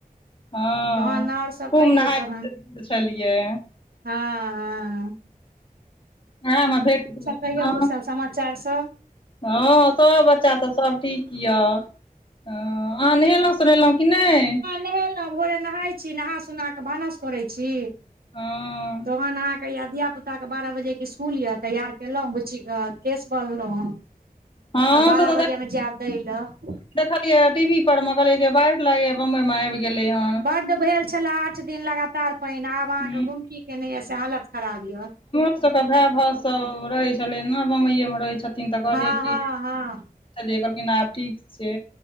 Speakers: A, on the left (about 35°); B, on the right (about 90°).
A: हँ
B: तहन आओर सब
A: खूब
B: कहियौ
A: नहायत
B: तहन
A: छलियै
B: हँ हाँ
A: ह आभेट गेल
B: कहियौ
A: छलौ
B: कुशल समाचार सब
A: हँ सभ बच्चाभ सभ ठीक यए हँ अहाँ नहेलहुँ उतरलहुँ कि नहि
B: नहेलहुं भोरे नहाय छी नहा सोना क भानस करै छी
A: हँ
B: तोहन आहा के या धीया पुता धिया के बार बजे के स्कूल ये तैयार केलौ बुच्ची के केश बढ़लौन हं
A: हँ
B: आ बारह
A: से तऽ
B: बजे में जायब दैय लए
A: देखलियै टीवी पर में कहलै के बाहर लागय बंबई मे आबि गेलै हन
B: बड्ड भेल छलै आठ दिन लगातार पानि आब अहाँके
A: हूँ
B: गुमकी केने यए से हालत खराब यऽ
A: सभके भाय भाव सभ रहै छलै ने बम्बइएमे रहै छथिन तऽ कहलियै
B: हँ
A: की
B: हँ हँ
A: देखलखिन आब ठीक छै